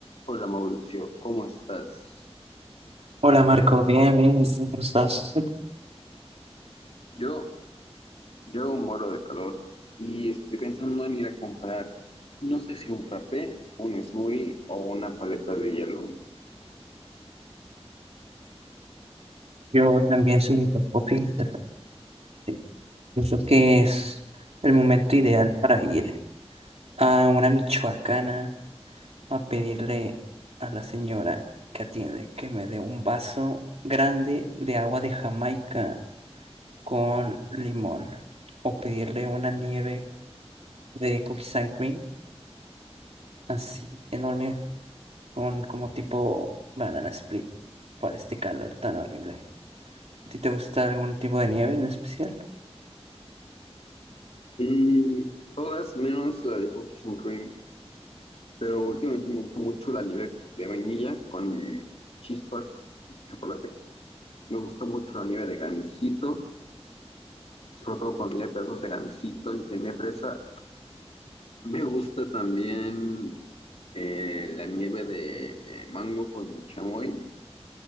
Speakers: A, on the left (about 65°); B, on the right (about 70°).
A: Hola Mauricio, ¿cómo estás?
B: Hola Marco, bien, bien, ¿y tú ¿cómo estás?
A: Yo, yo muero de calor y estoy pensando en ir a comprar, no sé si un frappé, un smoothie o una paleta de hielo.
B: Yo también soy microscopista. sí. Pienso que es el momento ideal para ir a una michoacana a pedirle a la señora que atiende que me dé un vaso grande de agua de Jamaica con limón o pedirle una nieve de cookies and cream así enorme con como tipo banana split para este calor tan horrible. ¿A ti te gusta algún tipo de nieve en especial?
A: Mm, todas menos la de cookies and cream, pero últimamente me gusta mucho la nieve de vainilla con chispas de chocolate. Me gusta mucho la nieve de gansito, sobre todo cuando tiene pedazos de gansito y tiene fresa. Me gusta también eh, la nieve de mango con chamoy,